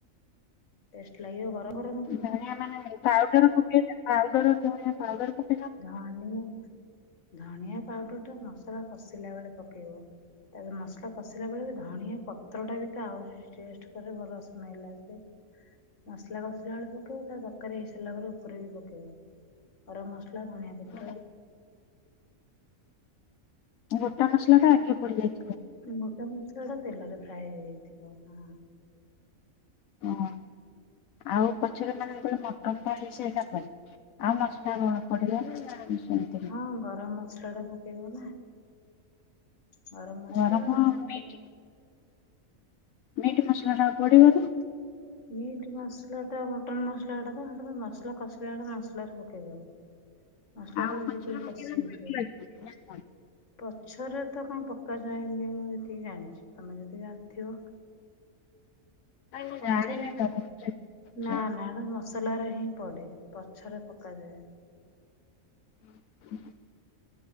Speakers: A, on the left (about 65°); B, on the left (about 85°).
A: ଟେଷ୍ଟ ଲାଗିବ ଗରମ ଭା
B: ଧଣିଆ ମାନେ ପାଉଡର ପକେଇ ପାଉଡର ଧଣିଆ ପାଉଡର ପ
A: ଧଣିଆ ଧଣିଆ ପାଉଡରଟା ମସଲା କଷିଲା ବେଳେ ପକେଇବ। ମସଲା କଷିଲା ବେଳେ ବି ଧଣିଆ ପତ୍ରଟା ବି ତ ଆହୁରି ଟେଷ୍ଟ କରେ ଭଲ ସ୍ମେଲ ଆସେ। ମସଲା କସିଲା ବେଳେ ପକେଇବ ତା ତରକାରୀ ହେଇସାରିଲା ପରେ ଓପରେ ବି ପକେଇବ ଗରମ ମସ ସଲା, ଧଣିଆ ପତ୍ର
B: ମାନେ ଗୋଟା ମସଲାଟା ଆଗେ ପଡିଯାଏ।
A: ମୋଟା ମସଲାଟା ତେଲରେ ଫ୍ରାଏ ହେଇଯାଇଥିବ ହଁ।
B: ଓହୋ ଆଉ ପଛରେ ମାନେ ଯେତଳେ ମଟନଟା ହେଇ ସରିଲା ପରେ ଆଉ ମସଲା କଣ ପଡ଼ିବନ ନା <unintelligible>
A: ହଁ ଗରମ ମସଲାଟା ପକେଇବ ନା। ଗରମ ମସଲା
B: ଗରମ
A: ଧନିଆ
B: ମିଟ୍
A: ପତ୍
B: ମିଟ୍ ମସଲାଟା ଆଉ ପଡ଼ିବନି।
A: ମିଟ ମସଲା ଟା ମଟନ ମସଲା କଁ ତମେ ମସଲା କସିଲା ବେଳେ ମସଲା ରେ ପକେଇଦବ। ଆସଲା
B: ଆଉ
A: ଯୋଉ ସେଇଥିରେ
B: ପଛରେ ପକେଇଲେ
A: କସିି
B: ଭଲ
A: ହେଇଯିବ।
B: <unintelligible>
A: ପଛରେ ତ କଁ ପକା ଯାଏନି ମୁଁ ଜେତିିକି ଜାଣିଛି ତମେ ଯଦି ଜାଣିଥିବ।
B: ନାଇଁ ମୁଁ
A: ପଛରେ
B: ଜାଣିନି
A: ନା
B: ତ ଭଲସେ। ଆଚ୍ଛା
A: ନା ହେଟା ମ ମସଲାରେ ହିଁ ପଡ଼େ ପଛରେ ପକାଯାଏନି।
B: <unintelligible>